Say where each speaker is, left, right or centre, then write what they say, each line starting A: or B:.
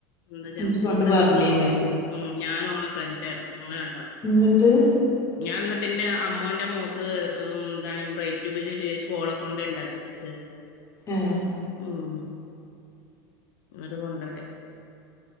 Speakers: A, on the left (about 70°); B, on the left (about 30°).
A: എന്താ ജംഷീറ
B: ഇജ്ജ് പണ്ട് പറഞ്ഞീന്ന്
A: അങ്ങനെന്തോ ഓളെ പേര് ഉം ഞാനും ഓളെ ഫ്രണ്ടാണ് ഞങ്ങള് രണ്ടാളും
B: ഇന്നട്ട്
A: ഞാൻ ഇന്നെട്ട് ഇന്റെ അമ്മോന്റെ മോക്ക് ഉം ന്താ ബ്രൈഡ് ടു ബീന്റെ കേക്ക് ഓളെ ക്കൊണ്ട ഇണ്ടാക്കിപ്പിച്ചേ
B: ഏഹ്
A: ഉം ഇന്നെട്ട് കൊണ്ടോയത്